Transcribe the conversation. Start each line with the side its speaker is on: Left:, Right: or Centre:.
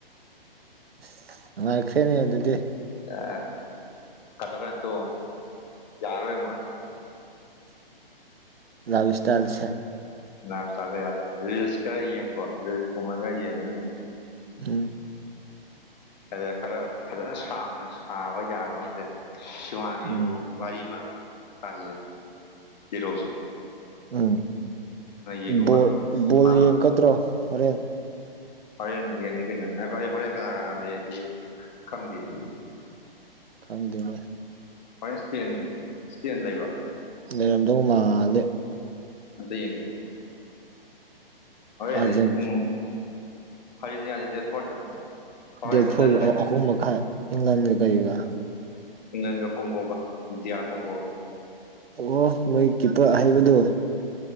Right: ꯑꯁ ꯅꯨꯡꯉꯥꯏꯈ꯭ꯔꯦꯅꯦ ꯑꯗꯨꯗꯤ
Left: ꯑ ꯀꯊ ꯀꯥꯟꯇ ꯌꯥꯔ ꯑꯣꯏꯃ
Right: <unintelligible> ꯏꯁꯇꯥꯏꯜꯁꯦ
Left: ꯂꯥꯐꯁꯇꯥꯏꯜꯗꯣ ꯌꯥꯗ꯭ꯔꯦ ꯔꯤꯜꯁ ꯈꯔ ꯌꯦꯡꯀꯣ ꯔꯤꯜꯁꯀꯨꯝꯕ ꯈꯔ ꯌꯦꯡꯉꯅꯤ
Right: ꯎꯝ
Left: ꯑꯗꯨꯗ ꯈꯔ ꯐꯖꯅ ꯁꯥꯡꯅ ꯁꯥꯕ ꯌꯥꯕ ꯑꯃꯁꯦ ꯁꯤꯃꯒꯤ
Right: ꯎꯝ
Left: ꯋꯥꯔꯤ ꯑꯃ ꯇꯜꯂꯦ ꯄꯤꯔꯣꯁꯦ
Right: ꯎꯝ
Left: ꯌꯦꯡꯉꯨꯕ
Right: ꯕꯣꯜ
Left: ꯁꯤꯃꯥ
Right: ꯕꯣꯜ ꯌꯦꯡꯀꯗ꯭ꯔꯣ ꯍꯣꯔꯦꯟ
Left: ꯍꯣꯔꯦꯟ ꯌꯦꯡꯅꯤ ꯀꯩꯅꯣ ꯑꯩ ꯍꯣꯔꯦꯟ ꯀꯅꯥ ꯀꯅꯥ ꯂꯩꯌꯦꯗꯤ ꯈꯪꯗꯤꯌꯦ
Right: ꯈꯪꯗꯦꯅꯦ
Left: ꯍꯣꯏ ꯏꯁꯄꯦꯟ ꯏꯁꯄꯦꯟ ꯂꯩꯕ꯭ꯔꯣ
Right: ꯂꯩꯔꯝꯗꯧ ꯃꯥꯂꯦ
Left: ꯑꯝꯇꯌꯦꯡꯒꯦ ꯍꯣꯔꯦꯟ
Right: ꯑꯥꯔꯖꯦꯟ
Left: ꯑꯩ ꯄꯨꯡ ꯑꯔꯖꯦꯟꯇꯤꯅꯥꯗꯤ ꯗꯦꯠ ꯐꯣꯔꯗ ꯍꯣꯔꯦꯟ
Right: ꯗꯦꯠ ꯐꯣꯔꯒꯤ
Left: ꯏꯪꯂꯟ ꯂꯩ
Right: ꯑꯍꯨꯝ ꯃꯈꯥꯏ ꯏꯪꯂꯟꯒ ꯀꯩꯒ
Left: ꯏꯪꯂꯦꯟꯒ ꯀꯣꯡꯒꯣꯒ ꯏꯗꯤꯌꯥꯔ ꯀꯣꯡꯒꯣꯒ
Right: ꯑꯣ ꯅꯣꯏ ꯀꯤꯄꯔ ꯑꯍꯩꯕꯗꯨ